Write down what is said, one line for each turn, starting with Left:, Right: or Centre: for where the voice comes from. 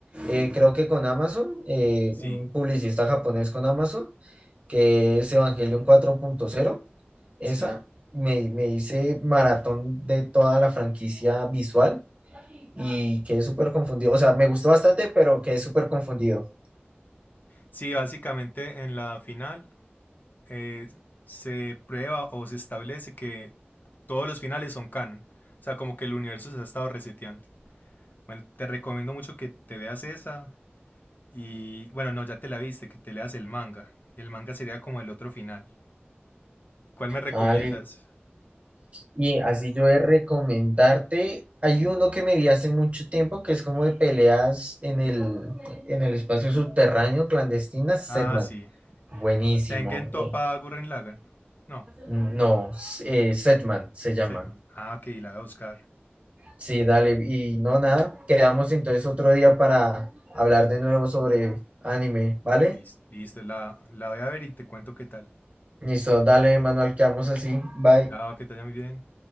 Right: eh, creo que con Amazon, eh,
Left: Sí,
Right: un publicista japonés con Amazon, que es Evangelion 4.0. Esa,
Left: sí.
Right: me, me hice maratón de toda la franquicia visual y quedé súper confundido. O sea, me gustó bastante, pero quedé súper confundido.
Left: Sí, básicamente en la final eh, se prueba o se establece que todos los finales son canon. O sea, como que el universo se ha estado reseteando. Bueno, te recomiendo mucho que te veas esa. Y bueno, no, ya te la viste, que te leas el manga. El manga sería como el otro final. ¿Cuál me recomiendas?
Right: Ah, li- Y así yo de recomendarte, hay uno que me vi hace mucho tiempo que es como de peleas en el, en el espacio subterráneo clandestina, Setman.
Left: Ah, sí.
Right: Buenísimo.
Left: Tengen Toppa
Right: eh,
Left: Gurren Lagann. No,
Right: No, eh, Setman se llama.
Left: Setman. Ah, ok, la voy a buscar.
Right: Sí, dale. Y no, nada, quedamos entonces otro día para hablar de nuevo sobre anime, ¿vale?
Left: Listo, listo, la, la voy a ver y te cuento qué tal.
Right: Listo, dale, Manuel, quedamos así. Bye.
Left: Chao, que te vaya muy bien.